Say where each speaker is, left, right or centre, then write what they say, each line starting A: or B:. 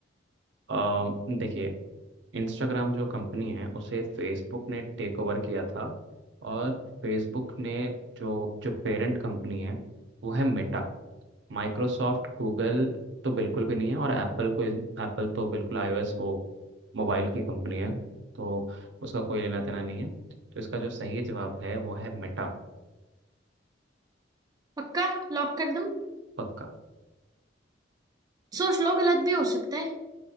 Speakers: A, on the right; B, on the right.
A: अम, देखिए इंस्टाग्राम जो कंपनी है उसे फेसबुक ने टेक ओवर किया था और फेसबुक ने जो जो पेरेंट कंपनी है वो है मेटा माइक्रोसॉफ्ट गूगल तो बिल्कुल भी नहीं है और एप्पल को एप्पल तो बिल्कुल आईओएस वो मोबाइल की कंपनी है तो उसका कोई लेना देना नहीं है तो इसका जो सही जवाब है वो है मेटा
B: पक्का लॉक कर दूं
A: पक्का
B: सोच लो गलत भी हो सकता है